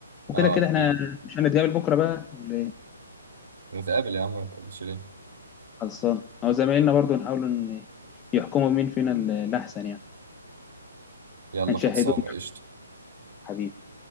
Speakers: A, on the left; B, on the right.
A: وكده
B: اه
A: كده
B: اكيد
A: احنا مش هنتقابل بكره بقى ولا ايه
B: نتقابل يا عم ما تقابلش ليه
A: خلصان او زمايلنا برضو نحاول ان يحكموا مين فينا ال- الاحسن يعني
B: يلا
A: هنشاهدهم
B: خلصانه قشطه
A: حبيبي